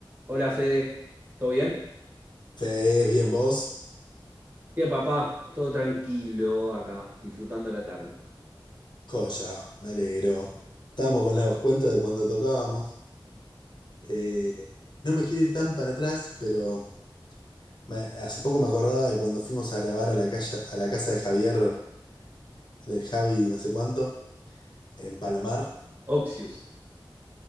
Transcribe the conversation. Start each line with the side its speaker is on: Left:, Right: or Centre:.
Right: Hola Fede, ¿todo bien?
Left: Fede, bien vos,
Right: Bien, papá, todo tranquilo acá, disfrutando la tarde.
Left: joya, me alegro. Estábamos con los cuentos de cuando tocábamos. Eh, no me quiero ir tan para atrás, pero me- hace poco me acordaba de cuando fuimos a grabar a la calle, a la casa de Javier, del Javi no sé cuánto, en Palomar,
Right: Oxius.